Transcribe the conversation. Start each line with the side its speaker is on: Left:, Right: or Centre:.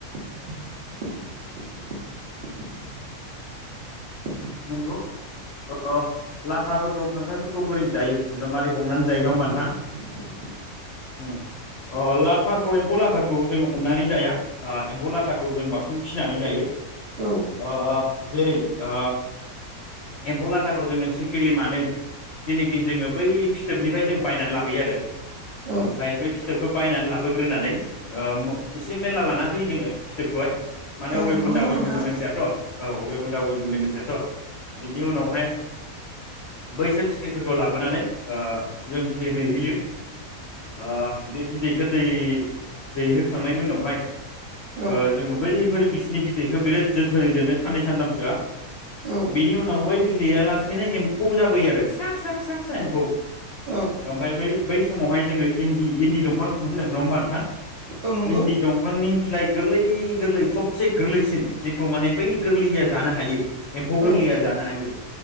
Right: जानाया खहाब गोनां जायो नोंथाङा एसे फोरमायना होनो हागोन ना?
Left: नंगौ ओ लाथाफोरखौ खांख्रायफोरखौ बोरै जायो मारै हमनानै जायो नङा मोनथां
Right: हागोन ना?
Left: उम ओ लाथाखौ एम्फौ लाथाखौ जोङो हमनानै जाया ओ एम्फौ लाथाखौ जों बांसिन फिसिनानै जायो। अ
Right: औ
Left: अ जेरै ओ एम्फौ लाथाखौ जोङो सिखिरि मानै जेनेखि जोङो बै फिथोबनिफ्राय जों बायनानै लाबोयो आरो
Right: औ
Left: ओमफ्राय बे फिथोबखौ बायनानै लाबोग्रोनानै ओ एसे मेरला लाना फैयो जोङो फिथोबखौहाय। माने
Right: औ
Left: अबे बुन्दा
Right: नंगौ
Left: बबे
Right: नोंथां
Left: बुन्दि मोनथियाथ'। औ अबे बुन्दा अबे बुन्दि मोनथियाथ'। बिनि उनावहाय बैसोर सिख्रिफोरखौ लाबोनानै ओ जों बिदै दैहोयो ओ बे बिदैखौ दै दैहोखांनायनि उनावहाय
Right: औ
Left: ओ जोङो बै फोर बिसिनि बिदैखौ बिराद जोथोनै दोनो साननै सानथामसोआ।
Right: औ
Left: बिनि उनाव बै बिदैया लासेैनो एम्फौ जाबोयो आरो फिसा फिसा फिसा फिसा एम्फौ
Right: औ
Left: ओमफ्राय बै बै समावहाय जोङो इन्दि इन्दि दंफां होनो नङा होमबा नोंथां
Right: औ नंगौ
Left: इन्दि दंफांनि बिलाइ गोरलै गोरलै सबसे गोरलैसिन जेखौ माने बै गोरलैया जानो हायो। एम्फौ गोरलैया
Right: औ
Left: जानो हायो